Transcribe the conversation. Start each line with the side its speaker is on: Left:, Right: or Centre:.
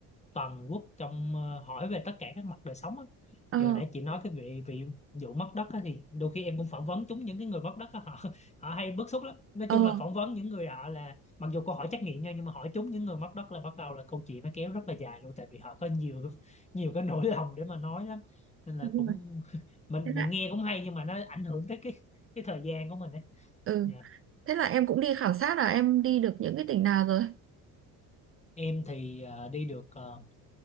Left: toàn quốc trong ờ, hỏi về tất cả các mặt đời sống á.
Right: Ờ,
Left: thì hồi nãy chị nói cái vị vị vụ mất đất á, thì đôi khi em cũng phỏng vấn chúng những cái người mất đất á, họ họ hay bức xúc lắm nói
Right: ờ.
Left: chung là phỏng vấn những người họ là mặc dù câu hỏi trắc nghiệm nha nhưng mà hỏi chúng những người mất đất là bắt đầu là câu chuyện nó kéo rất là dài luôn tại vì họ có nhiều nhiều cái nỗi lòng để mà nói lắm nên là
Right: Đúng
Left: cũng
Right: rồi.
Left: <laughs> mình
Right: Thế
Left: mình
Right: lại
Left: nghe cũng hay nhưng mà nó ảnh hưởng tới cái cái thời gian của mình ấy
Right: ừ
Left: Dạ.
Right: Thế là em cũng đi khảo sát là em đi được những cái tỉnh nào rồi?
Left: em thì ờ, đi được ờ,